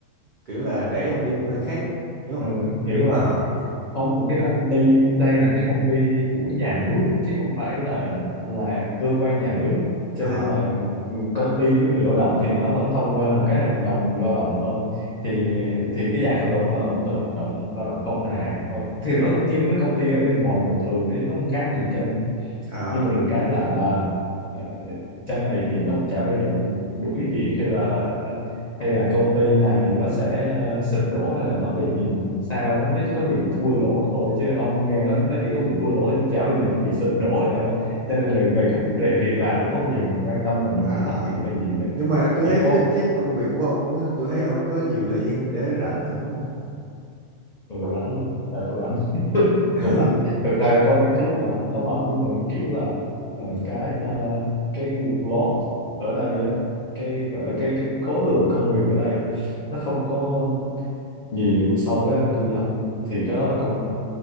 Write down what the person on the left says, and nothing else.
ừ,
hiểu rồi
không cái công ty đây là cái công ty của nhà nước chứ không phải là là cơ quan nhà nước cho
nên là công ty với người lao động thì nó vẫn thông qua một cái hợp đồng lao động thôi thì thì cái dạng hợp đồng lao động của tôi là hợp đồng lao động không thời hạn thôi thì nó cũng như với công ty ở bên ngoài bình thường chứ nó không khác gì hết trơn á.
nhưng mà được cái là à, ờ, trong này thì nó cũng chả bao giờ đuổi việc hay là hay là công ty này nó sẽ ờ, sụp đổ hay là nó bị sao đó nó chỉ có bị thua lỗ thôi chứ ông nghe nó nó chỉ có bị thua lỗ chứ chả bao giờ nó bị sụp đổ hết trơn á cho nên là về cái vấn đề việc làm cũng không bao giờ mình quan tâm là mình
bị thất nghiệp hay gì hết trơn.
chỉ
có
ừ, rảnh mà tại tôi rảnh <laughs>
tôi rảnh thực ra có những cái lúc mà nó bận nhưng mà kiểu là ờ,
cái uh, cái workload ở đây á cái gọi là cái, cái khối lượng công việc ở đây á nó không có nhiều so với ở tư nhân thì cái đó là công nhận